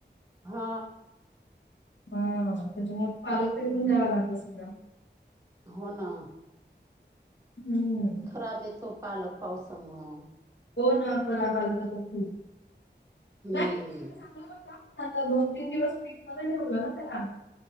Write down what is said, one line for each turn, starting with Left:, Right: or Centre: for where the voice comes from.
Right: हा
Left: हा त्याच्यामुळे पालकरीेतून द्यावं लागलं सगळं
Right: हो ना
Left: हम्म
Right: खराब येतो पालक पावसामुळं
Left: हो ना खराब आला तर तो खूप
Right: हम्म
Left: दोन तीन दिवस बीच मध्ये ठेवल ना त्याला